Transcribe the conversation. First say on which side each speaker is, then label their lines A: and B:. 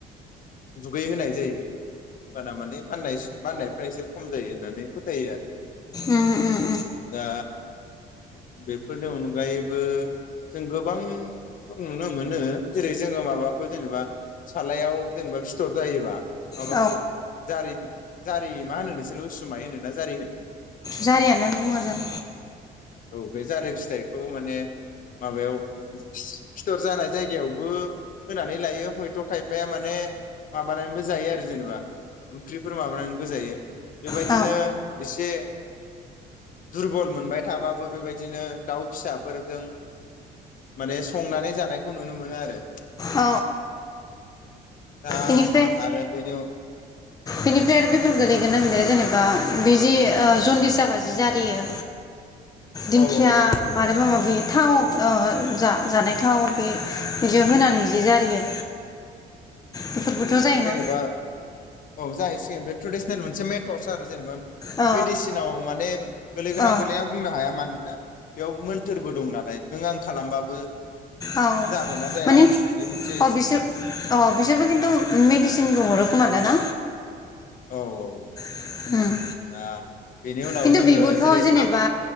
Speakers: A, on the left (about 50°); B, on the left (about 20°).
A: दुगै होनाय जायो माना माने माननाय माननायफ्रा एसे खम जायो होननानै फोथायो आरो
B: औ औ
A: दा बेफोरनि अनगायैबो जों गोबां नुनो मोनो जेरै- जोङो माबाखो जेनेबा सालायाव जेनेबा फिथर जायोबा माबाखौ
B: औ
A: जारि जारि मा होनो नोंसोरो उसुमाय होनो ना जारि होनो?
B: जारियानो बुंङो जों।
A: औ बे जारि फिथाइखौ माने माबायाव <inaudible> फिथर जानाय जायगायावबो होनानै लायो हयथ' खायफाया माने माबानानैबो जायो आरो जेनेबा ओंख्रिफोर माबानानैबो जायो बेबायदिनो
B: औ
A: एसे दुरबल मोनबाय थाबाबो बेबायदिनो दाउ फिसाफोरदों माने संनानै जानायखौ नुनो मोनो आरो
B: औ
A: दा
B: बेनिफ्राय
A: आरो बेनि अ
B: बेनिफ्राय आरो बेफोर गोलैगोनना गोलैआ जेनेबा बे जि ओ जनदिस जाबा जि जारियो दिंखिया
A: औ औ औ
B: मादोबा माबा बे थाव ओ जा-जानाय थाव बे बेजो होनानै जे जारियो बेफोरबोथ'
A: बेयावथ'
B: जायोना
A: जेनेबा औ जाहैसिगोन बे ट्रेडिसनेल मोनसे मेथडस आरो जेनेबा
B: औ
A: मेडिसिनाव माने गोलैगोना
B: औ
A: गोलैना बुंनो हाया माने दा बेयाव मोन्थोरबो दं नालाय नों आं खालामबाबो
B: औ
A: जागोन ना जाया
B: माने
A: बे मोनसे एसे
B: अ बिसो अ बिसोरबो किनथु मेडिसिनबो हरो खोमा दा ना
A: औ औ
B: उम
A: दा बेनि उनाव
B: खिन्थु
A: जोङो
B: बेबोथ'
A: जेरै
B: जेनेबा
A: आम